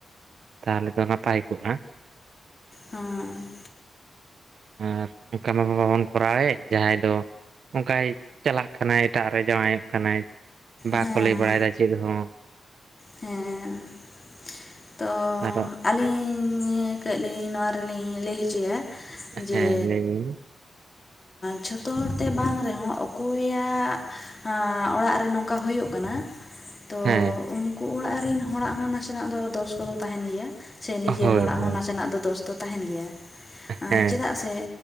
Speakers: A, on the right; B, on the left.
A: ᱛᱟᱦᱚᱞᱮ ᱫᱚ ᱱᱟᱯᱟᱭ ᱠᱚᱜ-ᱟ
B: ᱦᱮᱸ
A: ᱟᱨ ᱚᱱᱠᱟ ᱢᱟ ᱵᱟᱵᱟᱵᱚᱱ ᱠᱚᱨᱟᱣᱮᱫ ᱡᱟᱦᱟᱸᱭ ᱫᱚ ᱚᱱᱠᱟᱭ ᱪᱟᱞᱟᱜ ᱠᱟᱱᱟᱭ ᱮᱴᱟᱜ ᱨᱮ ᱡᱟᱶᱟᱭᱚᱜ ᱠᱟᱱᱟᱭ ᱵᱟᱠᱚ
B: ᱦᱮᱸ
A: ᱞᱟᱹᱭ ᱵᱟᱲᱟᱭᱮᱫᱟ ᱪᱮᱫ ᱦᱚᱸ
B: ᱦᱮᱸ ᱛᱚ
A: ᱟᱨᱚ
B: ᱟᱹᱞᱤᱧ ᱠᱟᱹᱡ ᱞᱤᱧ ᱱᱚᱣᱟ ᱨᱮᱞᱤᱧ ᱞᱟᱹᱭ ᱦᱚᱪᱚᱭᱟ ᱡᱮ
A: ᱦᱮᱸ ᱞᱟᱹᱭ ᱵᱤᱱ
B: ᱡᱷᱚᱛᱚ ᱦᱚᱲᱛᱮ ᱵᱟᱝ ᱨᱮᱦᱚᱸ ᱚᱠᱚᱭᱟᱜ ᱚᱲᱟᱜ ᱨᱮ ᱱᱚᱝᱠᱟ ᱦᱩᱭᱩᱜ ᱠᱟᱱᱟ ᱛᱚ
A: ᱦᱮᱸ
B: ᱩᱱᱠᱩ ᱚᱲᱟᱜ ᱨᱮᱱ ᱦᱚᱲᱟᱜ ᱦᱚᱸ ᱱᱟᱥᱮᱱᱟᱜ ᱫᱚ ᱫᱚᱥ ᱠᱚᱫᱚ ᱛᱟᱦᱮᱸᱱ ᱜᱮᱭᱟ ᱥᱮ ᱱᱤᱡᱮᱨ
A: ᱦᱳᱭ
B: ᱦᱚᱲᱟᱜ
A: ᱦᱳᱭ
B: ᱦᱚᱸ ᱱᱟᱥᱮᱱᱟᱜ ᱫᱚ ᱫᱚᱥ ᱫᱚ ᱛᱟᱦᱮᱸᱱ ᱜᱮᱭᱟ
A: ᱦᱮᱸ
B: ᱪᱮᱫᱟᱜ ᱥᱮ